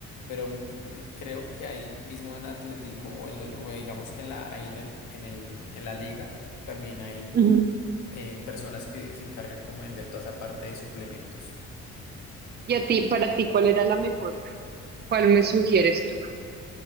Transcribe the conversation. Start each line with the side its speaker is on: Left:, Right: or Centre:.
Left: pero mm, creo que ahí mismo en atletismo o, en lo- o digamos que en la, ahí en el, en el, en la liga también hay
Right: Ujú.
Left: eh, personas que se encargan como de vender toda esa parte de suplementos.
Right: Y a ti, para ti, ¿cuál era la mejor? ¿Cuál me sugieres tú?